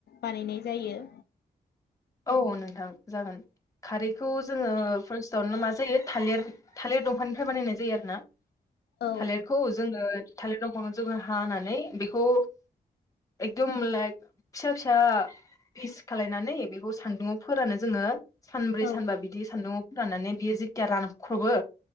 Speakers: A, on the left (about 70°); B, on the left (about 20°).
A: बानायनाय जायो।
B: औ नोंथां जागोन। खारैखौ जोङो फार्स टावनो मा जायो थालिर थालिर दंफांनिफ्राय बानायनाय जायो आरो ना
A: औ
B: थालिर खौ जोङो थालिर दंफांखौ जोङो हानानै बेखौ एकदम लाइक फिसा फिसा फिस खालायनानै बे खौ सान्दुंङाव फोरानो जोङो सानब्रै
A: औ
B: सानबा बिदि सान्दुङाव फोराननानै बेयो जेतिया रानख्रबो